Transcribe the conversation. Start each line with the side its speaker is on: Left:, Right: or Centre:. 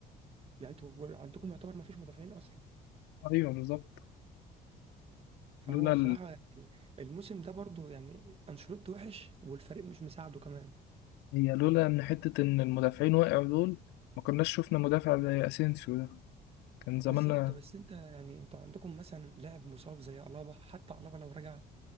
Right: يعني انتوا عندكم يعتبر ما فيش مدافعين اصلا
Left: ايوه بالظبط
Right: فهو
Left: لولا
Right: بصراحه يعني الموسم ده برضو يعني انشيلوتي وحش والفريق مش مساعده كمان
Left: هي لولا ان حتة ان المدافعين وقعوا دول ما كناش شفنا مدافع زي اسينسيو ده كان زماننا
Right: بالظبط بس انت يعني انتوا عندكم مثلا لاعب مصاب زي الابا حتى الابا لو رجع